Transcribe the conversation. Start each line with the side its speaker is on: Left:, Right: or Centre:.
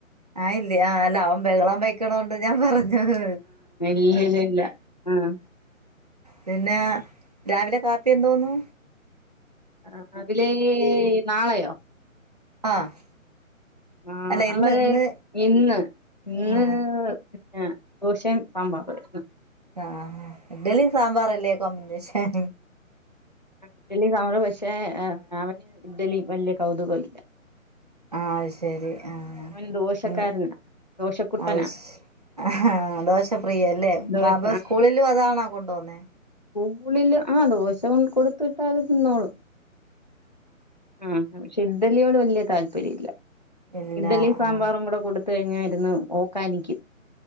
Right: ആയില്ലി അല്ല അവൻ ബഹളം വെക്കുണോണ്ട് ഞാൻ പറഞ്ഞത്
Left: ഇല്ലില്ലില്ല ആഹ്
Right: പിന്നേ രാവിലെ കാപ്പിയെന്തോന്നു
Left: രാവിലേ നാളെയോ
Right: ആഹ്
Left: ആഹ്
Right: അല്ല ഇന്ന്
Left: നാളെ
Right: ഇന്ന്
Left: ഇന്ന് ഇന്ന്
Right: ആഹ്
Left: പിന്നെ ദോശയും സാമ്പാറും ആയിരുന്ന്
Right: ആഹ് ഇഡ്ഢലീം സാമ്പാറുംല്ലേ കൊമ്പിനേഷൻ
Left: ഇഡ്ഡലി സാമ്പാറും പക്ഷേ അവനു ഇഡ്ഡലി വല്ല്യ കൌതുകമില്ല
Right: ആഹ് അത് ശരി ആഹ്
Left: അവൻ ദോശക്കാരനാ
Right: അങ്ങനെ
Left: ദോശക്കുട്ടനാ
Right: അത് ശ് ആഹ് ദോശപ്രിയല്ലേ
Left: ദോശ
Right: കപ സ്കൂളിലുമതാണോ കൊണ്ടൊന്നേ.
Left: സ്ക്കൂളില് ആഹ് ദോശകൊടുത്തുവിട്ടാല് അത് തിന്നോളും ആഹ് പക്ഷെ ഇഡ്ഡലിയോട് വലിയ താല്പര്യമില്ല
Right: ഇല്ല
Left: ഇഡ്ഡലിയും സാമ്പാറുംകൂടെ
Right: ആഹ്
Left: കൊടുത്തുകയിഞ്ഞാ ഇരുന്ന് ഓ ക്കാനിക്കും